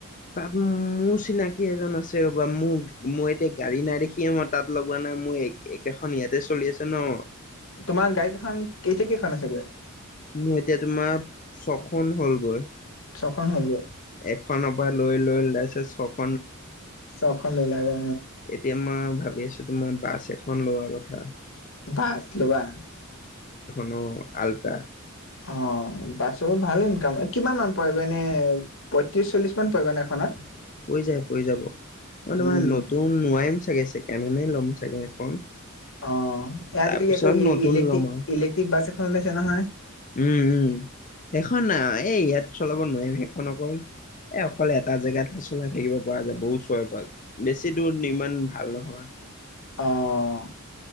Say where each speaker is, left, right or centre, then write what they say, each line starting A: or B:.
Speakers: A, on the left; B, on the left.
A: তাত মোৰ চিনাকি এজন আছে ৰ'বা মোক মই এতিয়া গাড়ী নাই দেখিয় মই তাত লগোৱা নাই। মোৰ একেখন ইয়াতে চলি আছে ন।
B: তোমাৰ গাড়ী এখন এইতি কেইখন আছে, গৈ
A: মোৰ এতিয়া তোমাৰ ছখন হ'লগৈ।
B: ছখন হ'লগৈ
A: এখনৰ পৰা লৈ, লৈ ওলাইছে চব।
B: চখন ল, লাগে।
A: এতিয়া মই ভাবি আছো, তোমাৰ বাছ এখন লোৱা কথা।
B: বাছ, লোৱা?
A: নো, আলটা
B: অ, বাছো ভাল ইনকাম কিমান মান পৰিব এনে পয়ত্ৰিশ, চল্লিশ মান পৰিবনে এখনত
A: পৰি যায় পৰি যাব মই
B: উম
A: তোমাৰ নতুন নোৱাৰিম চাগে চেকেড এনে ল'ম চাগে। এখন
B: অ, আজিকালি
A: তাৰপিছত
B: একো
A: নতুন
B: ইলে্ট্ৰিক,
A: ল'ম আৰু
B: ইলেক্ট্ৰিক বাছ এখন ওলাইছে নহয়।
A: উম, উম, সেইখন এই ইয়াত চলাব নোৱাৰিম সেইখন অকল এ, অকলে এটা জেগাত চলাই থাকিব পৰা যায়, বহু ওৰে পৰা বেছি দূৰ ইমান ভাল নহয়।
B: অ'।